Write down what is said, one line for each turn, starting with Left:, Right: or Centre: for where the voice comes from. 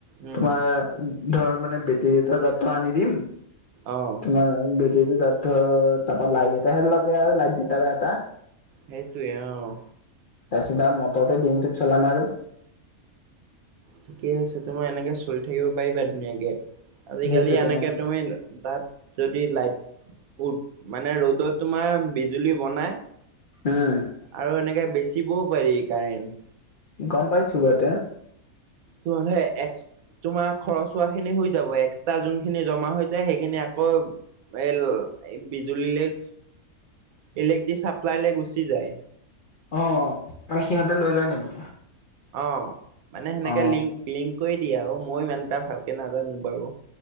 Right: উম
Left: তোমাৰ ধৰ মানে বেটেৰী এটা তাতো আনি দিম।
Right: অঁ।
Left: মাৰ বেটেৰীটো তাত ধৰ তাৰপৰা লাইট এটাহে লাগে আৰু লাইট দুতা বা এটা।
Right: সেইটোৱে অ,
Left: তাৰছত <unintelligible> মটৰটো দিনটোত চলাম আৰু।
Right: ঠিকেই আছে। তোমাৰ এনেকে চলি থাকিব পাৰিবা ধুনীয়াকে। আজিকালি
Left: সেইটোতো
Right: এনেকে তুমি তা'ত যদি লাইট-উট মানে ৰ'দত তোমাৰ বিজুলী বনাই,
Left: উম
Right: আৰু এনেকে বেচিবও পাৰি কাৰেণ্ট।
Left: গম পাইছোঁ বাৰু এতিয়া।
Right: <unintelligible> এক্স তোমাৰ খৰচ খোৱা খিনি হৈ যাব এক্সট্ৰা যোনখিনি জমা হৈ যায় সেইখিনি আকৌ এল এই বিজুলীলে- ইলেক্ট্ৰি চাপলাই লে গুচি যায়।
Left: অ, মানে সিহঁতে লৈ লয় নেকি?
Right: অ, মানে সেনেকে
Left: অ
Right: লিংক-লিংক কৰি দিয়ে আৰু মইও ইমান এটা মানে ভালকে নাজানো বাৰু।